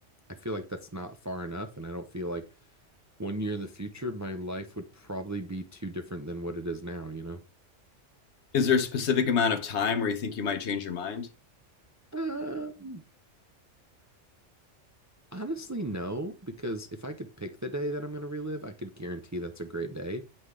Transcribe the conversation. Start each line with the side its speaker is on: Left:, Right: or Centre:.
Right: I feel like that's not far enough, and I don't feel like one year in the future, my life would probably be too different than what it is now, you know?
Left: Is there a specific amount of time where you think you might change your mind?
Right: Um, honestly, no, because if I could pick the day that I'm going to relive, I could guarantee that's a great day.